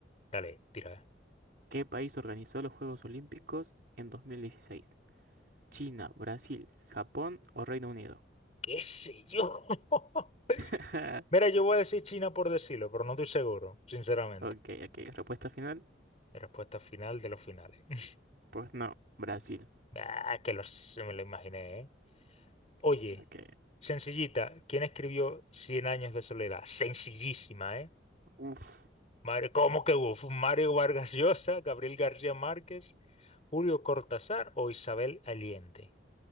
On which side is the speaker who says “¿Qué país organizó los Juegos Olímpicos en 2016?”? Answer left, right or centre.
Right